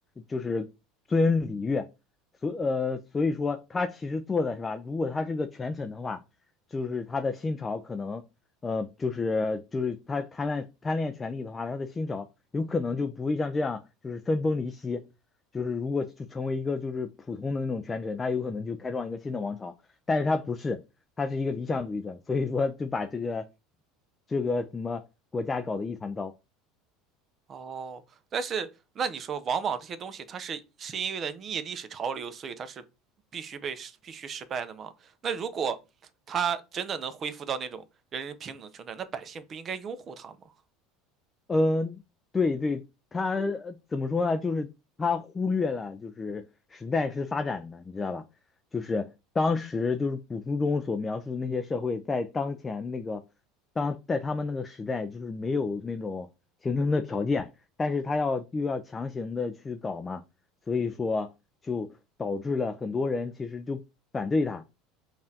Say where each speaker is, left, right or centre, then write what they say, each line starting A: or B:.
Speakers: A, on the left; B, on the right.
A: 就是尊礼乐，所呃所以说他其实做的是吧？如果他是个权臣的话。就是他的新朝可能呃，就是就是他贪婪贪恋权力的话，他的新朝有可能就不会像这样就是分崩离析。就是如果就成为一个就是普通的那种权臣，他有可能就开创一个新的王朝，但是他不是，他是一个理想主义者，所以说就把这个这个什么国家搞得一团糟。
B: 哦，但是那你说往往这些东西，它是是因为了逆历史潮流，所以它是必须被必须失败的吗？那如果它真的能恢复到那种人人平等的生态，那百姓不应该拥护它吗？
A: 嗯，呃对对，他呃怎么说呢？就是他忽略了，就是时代是发展的，你知道吧？就是当时就是古书中所描述的那些社会，在当前那个当在他们那个时代，就是没有那种形成的条件，但是他要又要强行的去搞嘛，所以说就导致了很多人其实就反对他。